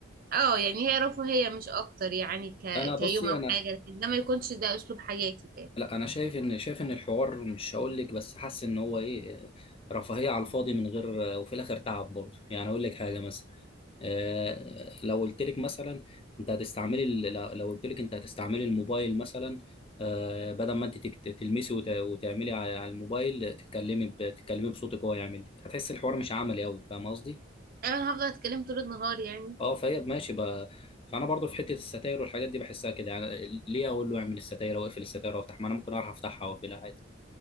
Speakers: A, on the right; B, on the left.
A: اه يعني هي رفاهيه مش اكتر يعني ك...
B: انا بصي
A: كيوم او
B: انا
A: حاجه لكن ده ما يكونش ده اسلوب حياتي ده
B: لا انا شايف ان شايف ان الحوار مش هقول لك بس حاسس ان هو ايه رفاهيه على الفاضي من غير وفي الاخر تعب برضه يعني اقول لك حاجه مثلا آه، لو قلت لك مثلا انت هتستعملي ال- لو لو قلت لك انت هتستعملي الموبايل مثلا آه، بدل ما انت تكت- تلمسي وت- وتعملي على على الموبايل تتكلمي ب- تتكلمي بصوتك هو يعمل لك هتحس الحوار مش عملي قوي فاهم قصدي
A: انا هفضل اتكلم طول النهار يعني
B: اه فهي ماشي بقى فانا برضو في حته الستاير والحاجات دي بحسها كده يعني ليه اقول له اعمل الستاير او اقفل الستاير وافتح ما انا ممكن اعرف افتحها واقفلها عادي